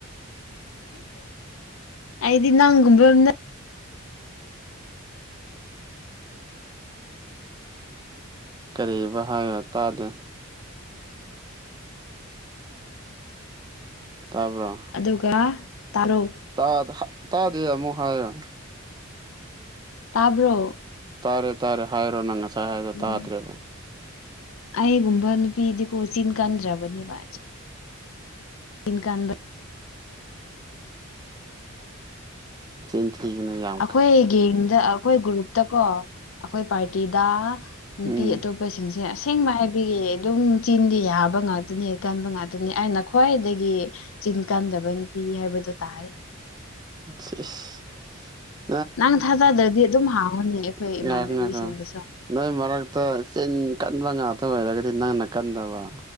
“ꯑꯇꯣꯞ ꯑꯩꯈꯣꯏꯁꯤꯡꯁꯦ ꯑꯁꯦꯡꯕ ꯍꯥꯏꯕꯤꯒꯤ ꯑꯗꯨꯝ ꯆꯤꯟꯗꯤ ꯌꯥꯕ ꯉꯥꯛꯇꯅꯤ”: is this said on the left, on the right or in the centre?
Left